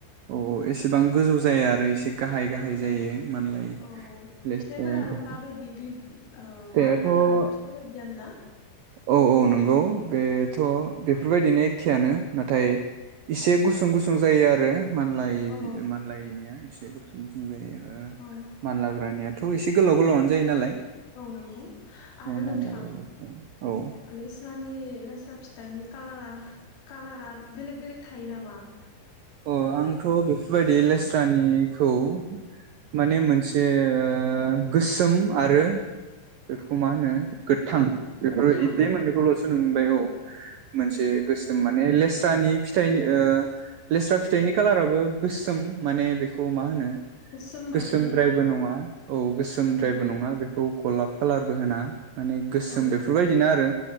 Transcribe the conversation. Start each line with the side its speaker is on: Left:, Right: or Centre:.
Right: औ औ एसेबां गोजौ जाया आरो एसे गाहाय गाहाय जायो। मानलाय
Left: औ फिथाइफोरालाय
Right: लेस्राया बेखौ
Left: माबायदि बि ओ
Right: फिथाइआथ'
Left: मानलाग्रानि फिथाइ बायदियान ना?
Right: औ औ नंगौ बेथ' बेफोरबायदिनो एख्खेयानो नाथाय इसे गुसुं -गुसुं जायो आरो ओ मानलायिनिया
Left: औ
Right: इसे गुसुं गुसुं जायो। ओ
Left: औ
Right: मानलाग्रानिया थ' इसे गोलाव गोलावानो जायो नालाय
Left: औ नंगौ आरो
Right: औ मानलाग्रानिया
Left: नोंथां
Right: औ
Left: ओ लेस्रा फिथाइनि कालारा बेलेग- बेलेग थायो नामा?
Right: अ आंथ' बेफोरबायदि लेस्रानिखौ माने मोनसे ओ गोसोम आरो बेखौ मा होनो गो थां बेफोरबाइदि
Left: गोथां
Right: बे
Left: औ
Right: मोननैखौल'सो नुनबाय औ
Left: औ
Right: मोनसे गोसोम। लेस्रानि फिथाइनि ओ लेस्रा फिथाइनि खाालाराबो गोसोम माने बेखौ मा होनो
Left: गोसोम बायदि
Right: गोसोमद्रायबो
Left: मा बुङो
Right: नङा औ गोसोमद्रायबो
Left: औ
Right: नङा बेखौ गलाप कालारबो होना माने गोसोम
Left: औ
Right: बेफोरबायदिनो आरो